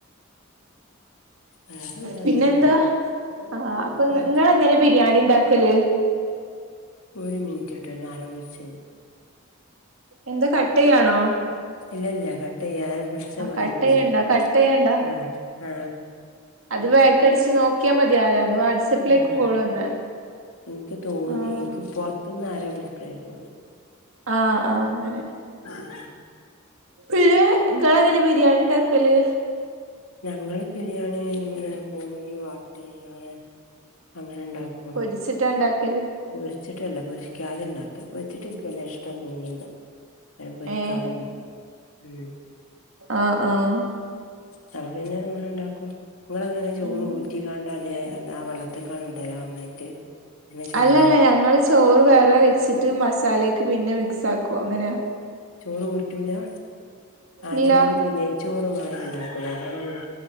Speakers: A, on the left (about 85°); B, on the right (about 70°).
A: വേറെന്താ
B: പിന്നെന്താ?
A: അങ്ങനെ പോണ്
B: ആ അപ്പൊ
A: അടെ
B: ങ്ങളെങ്ങനെ ബിരിയാണി ഉണ്ടാ ക്കല്?
A: ഒരു മിനിറ്റ്ട്ടന്നാരോ വിളിച്ച്
B: എന്താ കട്ടിയ്യാണോ?
A: ഇല്ലല്ല കട്ടിയല്ല ആരോ വിളിച്ചമാരി
B: കട്ടെയ്യണ്ട
A: തോന്നീ
B: കട്ടെയ്യണ്ട
A: ആ ആ
B: അത് ബാക്ക് അടിച്ചു നോക്കിയാ മതി ആരാന്ന്? വാട്സപ്പിലേക്കും
A: ആ
B: കോള് വന്നേ
A: എനിക്ക് തോന്നി
B: ആഹ്
A: എനിക്ക് പൊറത്തുന്ന് ആരാ വിളിക്ക അ പ്രേി <unintelligible>
B: ആ ആ അങ്ങനെ
A: ഉം
B: പിന്നെ ങ്ങളെങ്ങനെ ബിരിയേണിണ്ടാക്കല്?
A: ഞങ്ങള് ബിരിയാാണിങ്ങനെ കോഴി വാട്ടീങ്ങനെ അങ്ങനെ ഉണ്ടാക്കും
B: പൊരിച്ചിട്ടാണ്ടാക്കാ?
A: പൊരിച്ചിട്ടല്ല! പൊരിക്കാതെ ഇണ്ടാക്ക പൊരിച്ചിട്ട് എനിക്ക് വല്യഇഷ്ടം തോന്നീല്ല. അനെ പൊരിക്കാതെണ്ടാക്കാ
B: ഏ
A: ഉം
B: ആഹ് ആഹ്
A: ചാർ പിന്നെങ്ങനെണ്ടാ ങ്ങളങ്ങനെ ചോറ്
B: ഉം
A: ഊറ്റിക്കാണ്ടാ ല്ലെ ആ വെള്ളത്തിക്കാങ്ങ്ടലാ ഒന്നായിട്ട്? ചെയ്യല്
B: അല്ലല്ല ഞങ്ങള് ചോറ് വേറെ വെച്ചിട്ട് മസാലേക്ക് പിന്നെ മിക്സാക്കും അങ്ങനെയാ.
A: ചോറ് ഊറ്റൂലാ? ആ
B: ഇല്ല
A: ചോറ് പിന്നെ നെയ്ചോറുമാരി ണ്ടാക്കുലേ അതങ്ങനെ?